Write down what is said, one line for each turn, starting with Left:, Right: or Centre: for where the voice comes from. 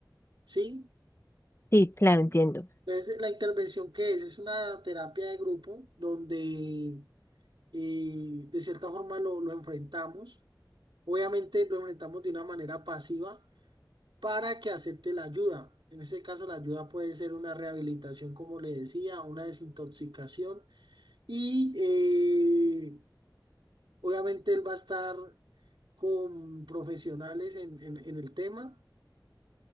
Right: ¿sí?
Left: Sí, claro, entiendo.
Right: Entonces, la intervención que es, es una terapia de grupo donde eh, de cierta forma lo, lo enfrentamos. Obviamente lo enfrentamos de una manera pasiva para que acepte la ayuda. En este caso, la ayuda puede ser una rehabilitación, como le decía, una desintoxicación y eh, obviamente él va a estar con profesionales en, en- en el tema